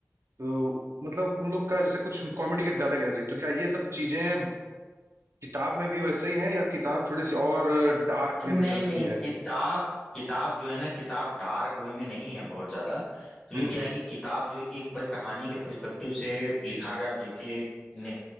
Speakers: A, on the right; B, on the left.
A: तो मतलब उन लोग का जैसे कुछ कॉमेडी के डाले गए थे तो क्या ये सब चीजें किताब में भी वैसे ही है या किताब थोड़ी सी और डार्क वे
B: नहीं
A: में चलती
B: नहीं
A: है
B: किताब किताब जो है ना किताब डार्क वे में नहीं है बहुत ज्यादा एक्चुअली
A: हम्म
B: क्या है कि किताब जो है कि एक भाई कहानी के पर्सपेक्टिव से लिखा गया अब जेके ने